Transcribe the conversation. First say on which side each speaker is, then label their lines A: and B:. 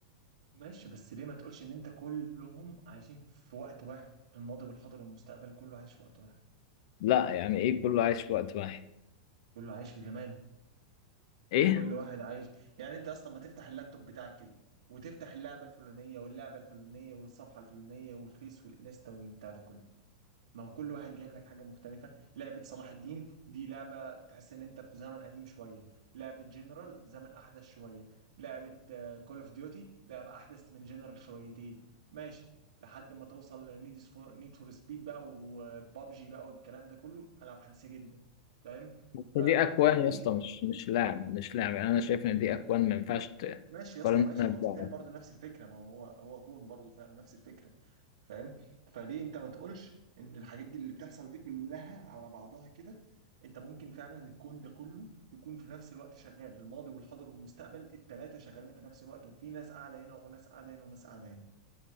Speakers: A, on the right; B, on the left.
A: ماشي بس ليه ما تقولش إن أنت كلهم عايشين في وقت واحد الماضي والحاضر والمستقبل كله عايش في وقت واحد
B: لا يعني ايه كله عايش في وقت واحد
A: كله عايش في زمان
B: ايه
A: كل واحد عايش يعني أنت أصلا ما تفتح اللابتوب بتاعك كده وتفتح اللعبة الفلانية واللعبة الفلانية والصفحة الفلانية والفيس والإنستا والبتاع ده كله ما هو كل واحد جايب لك حاجه مختلفه لعبه صلاح الدين دي لعبه تحس ان انت في زمن قديم شويه لعبه جنرال زمن احدث شويه لعبه كول اوف ديوتي لعبه احدث من جنرال شويتين ماشي لحد ما توصل نيد فور نيد فور سبيد بقى وبابجي بقى والكلام ده كله العاب حديثه جدا فاهم
B: بس
A: ف...
B: دي اكوان
A: فليه
B: يا اسطى مش مش لاعب مش لاعب يعني انا شايف ان دي اكوان ما ينفعش ت-
A: ماشي
B: تقارنها
A: يا اسطى ماشي
B: ببعض
A: ما هو ستيل برضه نفس الفكره ما هو هو كون برضه فعلا نفس الفكره فاهم فليه انت ما تقولش ان الحاجات دي اللي بتحصل دي كلها على بعضها كده انت ممكن فعلا الكون ده كله يكون في نفس الوقت شغال الماضي والحاضر والمستقبل الثلاثه شغالين في نفس الوقت وفي ناس قاعده هنا وناس قاعده هنا وناس قاعده هنا